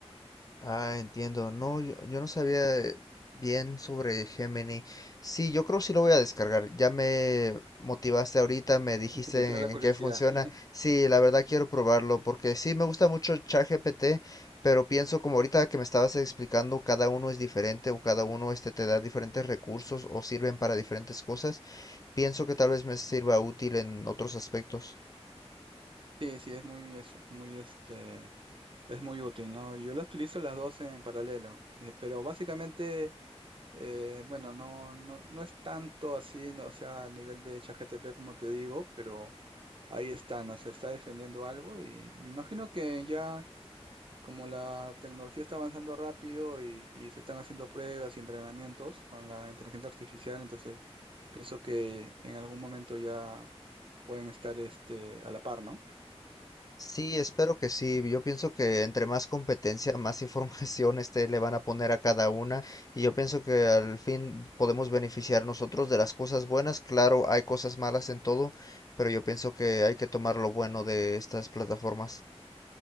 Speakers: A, on the left; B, on the right.
A: Ah, entiendo. No, yo, yo no sabía eh, bien sobre Gemini. Sí, yo creo que sí lo voy a descargar. Ya me motivaste ahorita, me dijiste
B: Te entró la curiosidad.
A: en, qué funciona.
B: <laughs>
A: Sí, la verdad quiero probarlo porque sí me gusta mucho ChatGPT, pero pienso como ahorita que me estabas explicando, cada uno es diferente o cada uno este te da diferentes recursos o sirven para diferentes cosas. Pienso que tal vez me sirva útil en otros aspectos.
B: Sí, sí, es muy, es muy, este, es muy útil, ¿no? Yo las utilizo las dos en paralelo, eh, pero básicamente, eh, bueno, no, no, no es tanto así, no, o sea, al nivel de ChatGPT como te digo, pero ahí está, ¿no? Se está defendiendo algo y me imagino que ya como la tecnología está avanzando rápido y, y se están haciendo pruebas y entrenamientos con la inteligencia artificial, entonces pienso que en algún momento ya pueden estar, este, a la par, ¿no?
A: Sí, espero que sí. Yo pienso que entre más competencia, más <laughs> información este, le van a poner a cada una. Y yo pienso que al fin podemos beneficiar nosotros de las cosas buenas. Claro, hay cosas malas en todo, pero yo pienso que hay que tomar lo bueno de estas plataformas.